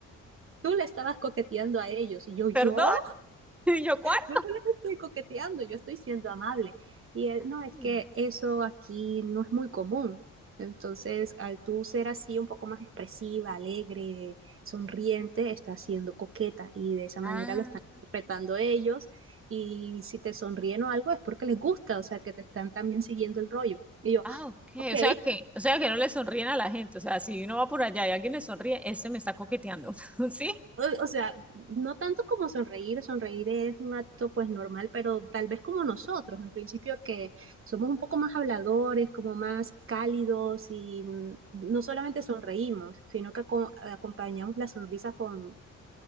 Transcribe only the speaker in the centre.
perdón, <laughs> ¿y yo cuándo?
Ay,
ah.
Ah, ok,
o sea que, o sea que no le sonríen a la gente, o sea, si uno va por allá y alguien le sonríe, este me está coqueteando, <laughs> ¿sí?